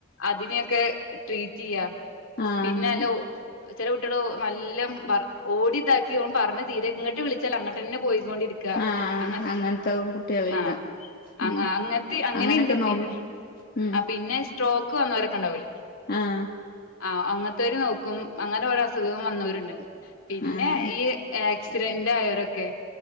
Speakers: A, on the left (about 65°); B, on the left (about 45°).
A: അധിക ഏ ക്കെ ട്രീറ്റ് യ്യ
B: ആഹ്
A: പിന്നലോ
B: അങ്ങനെ
A: ചെല കുട്ടിള് ഒം നല്ലം വ ഓടി താക്കി ഓൻ പറഞ്ഞ തീരെ ഇങ്ങട്ട് വിളിച്ചാൽ അങ്ങട്ടന്നെ പോയി ണ്ടിരിക്ക
B: ആഹ്
A: അങ്ങത്തെ
B: അങ്ങനത്തെ കുട്ടികളുണ്ട്
A: ആഹ് അ
B: ഉം
A: അങ്ങൻത്തെ അങ്ങനെയുണ്ട്
B: അങ്ങനൊക്കെ നോക്ക്
A: പിന്നെ
B: ഉം
A: ആ പിന്നെ സ്ട്രോക്ക് വന്നോരൊക്കെ ഉണ്ടാവൂലേ
B: ആഹ്
A: ആഹ് അങ്ങൻത്തോര് നോക്കും അങ്ങനെ ഓരോ അസുഖം വന്നോരുണ്ട് പിന്നെ
B: ആഹ്
A: ഈ ഏ ആക്സിഡന്റായോരൊക്കെ